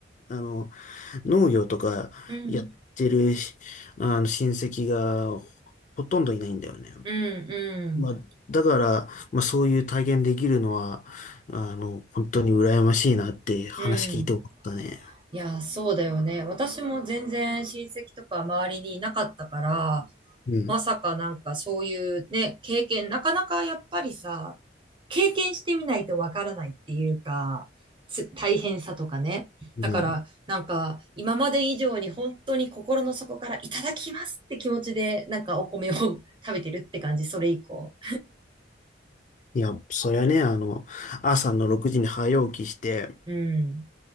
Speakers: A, on the left; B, on the right.
A: あの、農業とかやってるし、
B: うん、
A: あの、親戚がほほとんどいないんだよね。
B: うん、うん、
A: まあ、だから、まあ、そういう体験できるのは、あの、本当に羨ましいなって話聞いて思ったね。
B: うん。いや、そうだよね。私も全然親戚とか周りにいなかったから、
A: うん。
B: まさかなんかそういうね、経験、なかなかやっぱりさ、経験してみないとわからないっていうか、つ大変さとかね。
A: うん。
B: だからなんか今まで以上に本当に心の底からいただきますって気持ちでなんかお米を <laughs> 食べてるって感じ、それ以降。
A: いや、そりゃね、あの、朝の6時に早起きして、
B: うん、